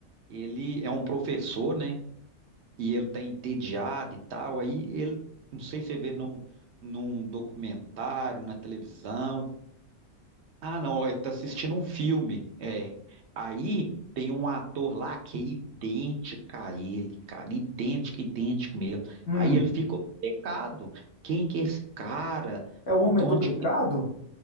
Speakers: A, on the right; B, on the left.
A: Ele é um professor, né? E ele tá entediado e tal. Aí ele, não sei se você vê num, num documentário, na televisão. Ah, não, ele tá assistindo um filme. É. Aí tem um ator lá que é idêntico a ele, cara. Idêntico, idêntico mesmo.
B: hum.
A: Aí ele fica obcecado. Quem que é esse cara?
B: É o Homem
A: De onde
B: Duplicado?
A: que...